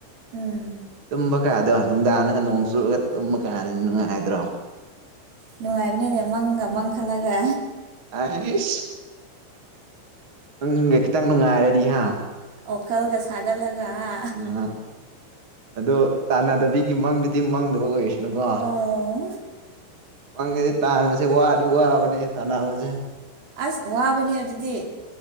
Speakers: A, on the right; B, on the right.
A: ꯎꯝ
B: ꯇꯨꯝꯕ ꯀꯌꯥꯗꯣ ꯅꯨꯡꯗꯥꯡꯗꯒ ꯅꯣꯡ ꯆꯨꯔꯒ ꯇꯨꯝꯕ ꯀꯌꯥꯅ ꯅꯨꯡꯉꯥꯏꯗ꯭ꯔꯣ
A: ꯅꯨꯡꯉꯥꯏꯕꯅꯤꯅꯦ ꯃꯪꯒ ꯃꯪ ꯈꯜꯂꯒ
B: ꯑꯁ ꯅꯪꯒ ꯈꯤꯇꯪ ꯅꯨꯡꯉꯥꯏꯔꯗꯤ ꯍꯥ
A: ꯑꯣꯈꯜꯒ ꯁꯥꯒꯠꯂꯒ ꯍꯥ
B: ꯑ ꯑꯗꯣ ꯇꯥꯟꯅꯗꯕꯤꯒꯤ ꯃꯪꯗꯨꯗꯤ ꯃꯪꯗꯕ ꯑꯣꯏꯔꯤꯁꯅꯨꯀꯣ
A: ꯑꯣ
B: ꯃꯥꯡꯗꯗꯤ ꯇꯥꯟꯕꯁꯦ ꯋꯥꯗꯤ ꯋꯥꯕꯅꯦꯍꯦ ꯇꯥꯟꯅꯕꯁꯦ
A: ꯑꯁ ꯋꯥꯕꯅꯦ ꯑꯗꯨꯗꯤ